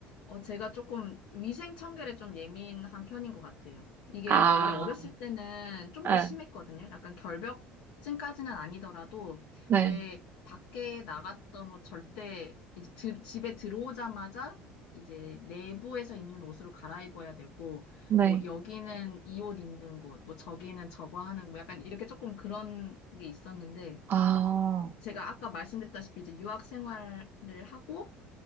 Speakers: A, on the left; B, on the right.
A: 어, 제가 조금 위생 청결에 좀 예민한 편인 것 같아요. 이게
B: 아,
A: 원래 어렸을 때는 좀
B: 네,
A: 더 심했거든요. 약간 결벽증까지는 아니더라도
B: 네,
A: 왜 밖에 나갔던 옷 절대 이제 드- 집에 들어오자마자 이제 내부에서 입는 옷으로 갈아입어야 되고
B: 네.
A: 뭐 여기는 이 옷 입는 곳, 뭐 저기는 저거 하는 곳, 약간 이렇게 조금 그런 게 있었는데
B: 아,
A: 제가 아까 말씀드렸다시피 이제 유학 생활을 하고